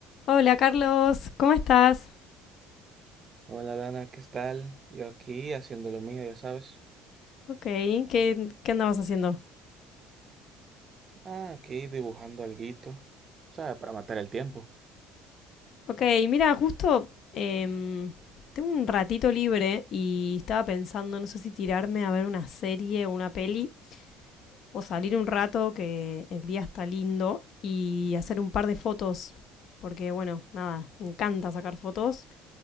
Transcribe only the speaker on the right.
Hola Dana, ¿qué tal? Yo aquí haciendo lo mío, ya sabes.
Ah, aquí dibujando alguito, ¿sabes? Para matar el tiempo.